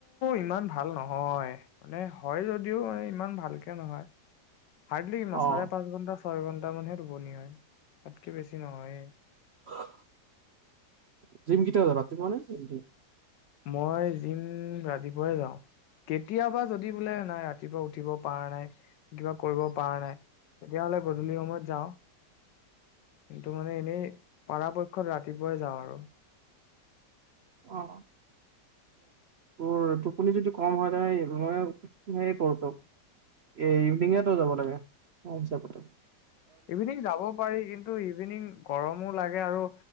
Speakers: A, on the left; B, on the right.
A: ইমান ভাল নহয় মানে হয় যদিও ইমান ভালকে নহয়। <unintelligible> মছালা
B: অ'
A: পাঁচ গুন্ধা। ছয় ঘন্টা মানহে টোপনি হয় তাতকে বেছি নহয়ে।
B: জিম কেতিয়া যাৱা ৰাতিপুৱা নে ৰাতি।
A: মই জিম। ৰাতিপুৱাই যাওঁ কেতিয়াবা যদি বোলে নাই ৰাতিপুৱা উঠিব পৰা নাই কিবা। কৰিব পৰা নাই তেতিয়া হ'লে গধূলি সময়ত যাওঁ। কিন্তু মানে এনেই পৰাপক্ষত ৰাতিপুৱাই যাওঁ আৰু।
B: অ তোৰ টোপনি যদি কম হয় তে মই হে কৰো তই এই ইভিনিঙে তই যাব লাগে মোৰ হিচাপত।
A: ইভিনিং যাব পাৰি কিন্তু ইভিনিং গৰমো লাগে আৰু